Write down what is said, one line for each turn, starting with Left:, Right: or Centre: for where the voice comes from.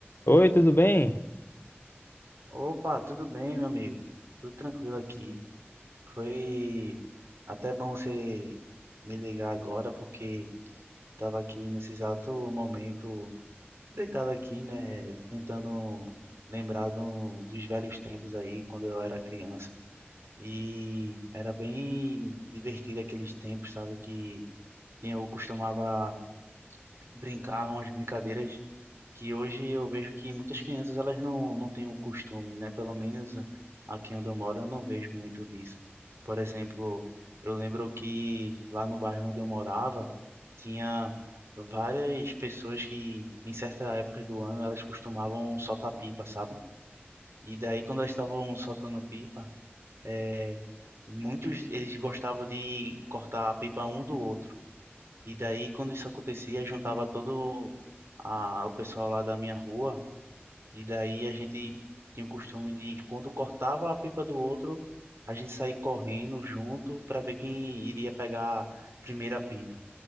Left: Oi, tudo bem?
Right: Opa, tudo bem, meu amigo? Tudo tranquilo aqui. Foi até bom você me ligar agora, porque estava aqui nesse exato momento, deitado aqui, né? Tentando lembrar do- dos velhos tempos aí, quando eu era criança. E era bem divertido aqueles tempos, sabe? Que tinha- eu costumava brincar umas brincadeiras que hoje eu vejo que muitas crianças elas não, não têm o costume, né? Pelo menos aqui onde eu moro eu não vejo muito disso. Por exemplo, eu lembro que lá no bairro onde eu morava tinha várias pessoas que em certa época do ano elas costumavam soltar pipa, sabe? E daí quando elas estavam soltando pipa, é, muitos eles gostavam de cortar a pipa um do outro. E daí quando isso acontecia, juntava todo a, o pessoal lá da minha rua e daí a gente tinha o costume de, quando cortava a pipa do outro, a gente sair correndo junto para ver quem iria pegar a primeira pipa.